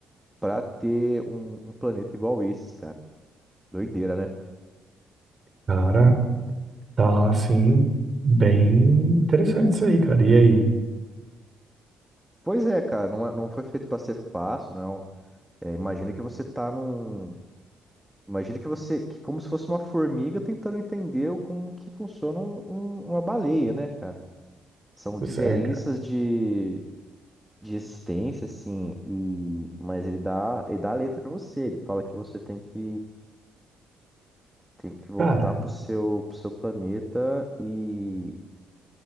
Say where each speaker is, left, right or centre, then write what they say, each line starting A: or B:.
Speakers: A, in the centre; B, on the right (about 40°).
A: para ter um, um planeta igual esses, cara. Doideira, né?
B: Cara, tá assim, bem interessante isso aí, cara. E aí?
A: Pois é, cara, não, é- não foi feito para ser fácil, não. É, imagina que você tá num. Imagina que você. que como se fosse uma formiga tentando entender o- como que funciona um- um- uma baleia, né? São
B: Pois
A: diferenças
B: é, cara.
A: de. De existência, assim, e... mas ele dá, ele dá a letra para você. Ele fala que você tem que Tem que voltar
B: Cara,
A: pro seu, pro seu planeta e,